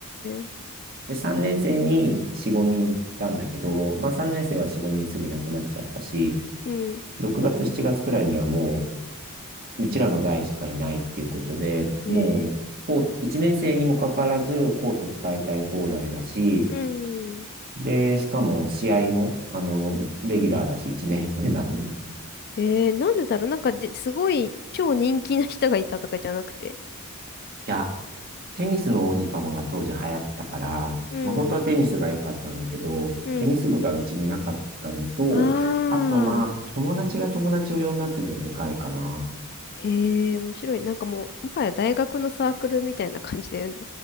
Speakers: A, on the left; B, on the right.
A: え。
B: で、3年生に4、5人いたんだけど、まあ3年生は4、5人すぐいなくなっちゃったし、
A: うん。
B: 6月、7月くらいにはもう、うちらの代しかいないっていうことで、
A: ね
B: もう、こう1年生にもかかわらず、コート使いたい放題だし、
A: うん。
B: で、しかも試合も、あの、レギュラーだし、1年生なのに。い
A: えー、なんでだろうなんかで、すごい超人気な人がいたとかじゃなくて。
B: や、テニスの王子様が当時流行ってたから、
A: うん。
B: まあ本当はテニスが良かったんだけど、
A: うん。
B: テニス部がうちになかったのと、
A: ああ。
B: あとまあ友達が友達を呼んだっていうのがでかいかな。
A: へえ、面白い。なんかもう、もはや大学のサークルみたいな感じだよね。